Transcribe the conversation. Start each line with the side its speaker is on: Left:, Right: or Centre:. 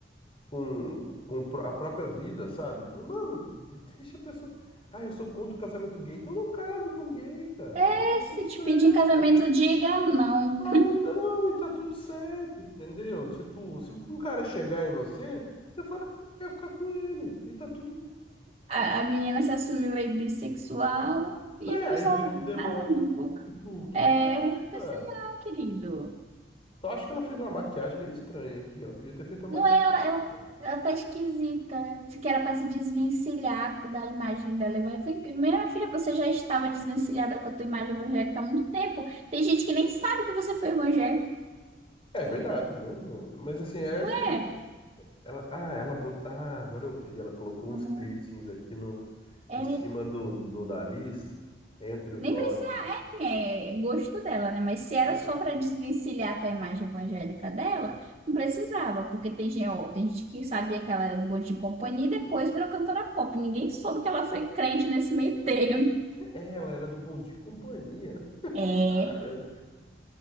Left: com, com pro- a própria vida, sabe? Fala, Mano, de- deixa a pessoa. Ah, eu sou contra o casamento gay, então não case com gay, cara.
Right: É,
Left: Tá tudo
Right: se
Left: certo.
Right: te pedir em casamento, diga não.
Left: Fale não, e tá tudo certo, entendeu? Tipo, se um cara chegar em você, você fala que não quer ficar com ele, e tá tudo bem.
Right: A, a menina se assumiu aí bissexual e
Left: É,
Right: o pessoal
Left: aí virou um demônio.
Right: nada no boca.
Left: Tipo, o que
Right: É,
Left: que tem a ver,
Right: eu
Left: cara?
Right: falei assim, não, querido.
Left: Só acho que ela fez uma maquiagem meio estranha aqui. Ela podia ter feito uma
Right: Não
Left: maquiagem
Right: é, ela,
Left: um pouquinho
Right: ela,
Left: melhor.
Right: ela tá esquisita, né? Se que era para se desvencilhar da imagem dela. Eu falei, minha filha, você já estava desvencilhada com a tua imagem evangélica há muito tempo. Tem gente que nem sabe que você foi evangélica.
Left: É verdade, né? Mas assim, eu acho
Right: Ué,
Left: que ela. Ah, ela botou. Ah, agora eu vi. Ela colocou
Right: uhum.
Left: uns piercings aqui no...
Right: É,
Left: em cima do no nariz, entre os
Right: nem
Left: olhos.
Right: precisa, é gosto dela, né? Mas se era
Left: É,
Right: só para desvencilhar com a imagem evangélica dela, não precisava, porque tem, gente ó, tem gente que sabia que ela era do Bom de Companhia e depois virou cantora pop. Ninguém soube que ela foi crente nesse meio termo.
Left: é, ela era do Bom Dia e Companhia, né?
Right: É.
Left: Caramba.